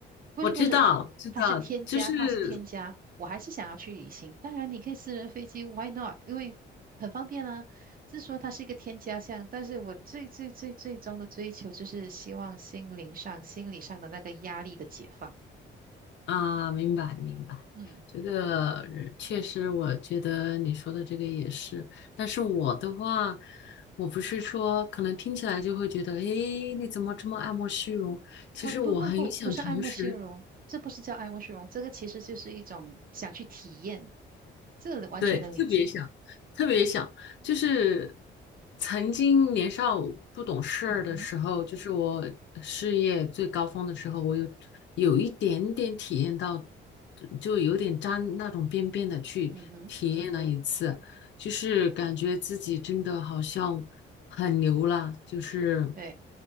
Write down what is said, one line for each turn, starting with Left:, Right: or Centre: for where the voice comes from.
Right: 不是不是，
Left: 我知道，
Right: 它它是添加，
Left: 我知道，就是
Right: 它是添加。我还是想要去旅行，当然你可以私人飞机，Why not？因为很方便啊。是说它是一个添加项，但是我最最最最终的追求就是希望心灵上、心理上的那个压力的解放。
Left: 啊，明白明白，
Right: 嗯。
Left: 这个呃确实，我觉得你说的这个也是。但是我的话，我不是说可能听起来就会觉得，诶，你怎么这么爱慕虚荣？其实我很想诚实，
Right: 哦，不不不，不是爱慕虚荣，这不是叫爱慕虚荣，这个其实就是一种想去体验，这个完全能理解。
Left: 对，特别想，特别想，就是曾经年少不懂事儿的时候，
Right: 嗯哼，
Left: 就是我事业最高峰的时候，我有有一点点体验到，就有点沾那种边边的去体验了一次，
Right: 嗯哼，
Left: 就是感觉自己真的好像很牛了，就是
Right: 对，